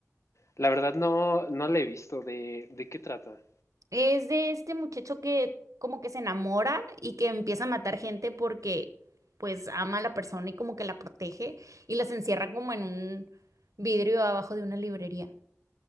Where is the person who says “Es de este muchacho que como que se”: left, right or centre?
Right